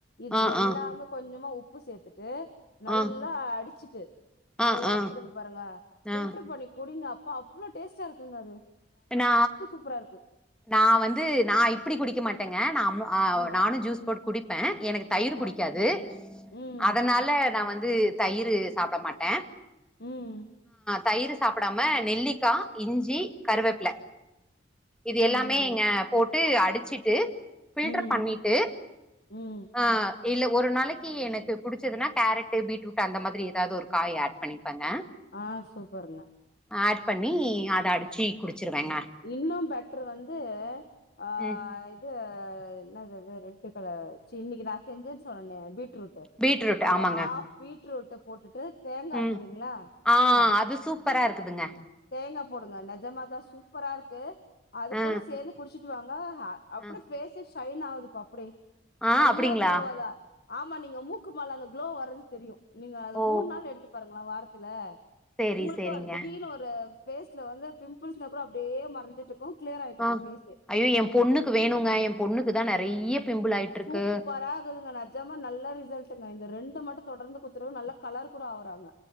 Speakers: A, on the left; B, in the centre.
A: இது
B: ஆ
A: எல்லாமே
B: ஆ
A: கொஞ்சமா உப்பு சேத்துட்டு நல்லா
B: ஆ
A: அடிச்சிட்டு
B: ஆ
A: நல்லா
B: ஆ
A: அடிச்சிட்டு வந்து பாருங்க
B: ஆ
A: பில்டர் பண்ணி குடிங்க அப்பா அவ்ளோ டேஸ்ட்டா இருக்குங்க அது
B: இப்ப நா
A: சூப்பராருக்கு
B: நா வந்து நா இப்டி குடிக்க மாட்டேங்க நா
A: ம்
B: நானு ஜூஸ் போட்டு குடிப்பே எனக் தயிர் புடிக்காது
A: ஆ ம்
B: அதனால நா வந்து தய்ரு சாப்ட மாட்டே
A: ம்
B: தயிர் சாப்பிடாம நெல்லிக்காய் இஞ்சி கருவேப்ல இது
A: ம் ம்
B: எல்லாமே இங்க போட்டு அடிச்சிட்டு பில்டர்
A: ம்
B: பண்ணிட்டு
A: ம்
B: ஆ இல்ல ஒரு நாளைக்கி எனக்கு புடிச்சுதுனா கேரட் பீட்ரூட் அந்த மாதிரி ஏதாவ்து ஒரு காய் ஆட் பண்ணி ங்க
A: ஆ சூப்பருங்க
B: ஆட் பண்ணி அத அடிச்சு குடிச்சிருவேங்க
A: இன்னு பெட்ரு வந்து ஆ
B: ம்
A: என்னாது அது ரெட்டு கலர் சீ இன்னைக்கு நா செஞ்சேன் சொன்னேனே பீட்ரூட்
B: பீட்ரூட்
A: அது
B: ஆமாங்க
A: ஆ பீட்ரூட்ட போட்டுட்டு தேங்கா
B: ம்
A: இருக்குலீங்ளா
B: ஆ
A: தேங்கா
B: அது சூப்பரா இருக் இருக்குங்க
A: தேங்க போடுங்க நெஜமாதா சூ சூப்பரா இருக்கு அது
B: ஆ
A: கூட சேந்து குடிச்சுட் வாங்க அப்டே
B: ஆ
A: ஃபேஸ் அப்டி சைன் ஆகுதுப்பா அப்டி
B: ஆ
A: நல்லா
B: அப்டிங்களா
A: குளோவதா ஆம்மா நீங்க மூக்குமால அந்த குளோ வர்றது தெரியு நீங்க அது
B: ஓ
A: மூண் நாள் எடுத்து பாருங்ளே வாரத்துல
B: சேரி
A: உங்ளுக்கே
B: சேரிங்க
A: ஒரு திடீர்ன் ஒரு பேஸ்ல வந்து பிம்பிள்ஸ்கு அப்றோ அப்டியே மறைஞ்ட்டு இருக்கு க்ளியர் ஆயிட்டு
B: ஆ
A: இருக்கு பேஸ்யே
B: ஐயோ எ பொண்ணுக்கு வேணுங்க எ பொண்ணுக்கு தா நெறைய பிம்பிள் ஆயிட்ருக்கு
A: சூப்பராகுதுங்க அது நெஜமா நல்ல ரிசல்ட்டுங்க இந்த ரெண்ட மட்டு தொடர்ந்து குடுத்துட்ற நல்ல கலர் கூட ஆறாங்க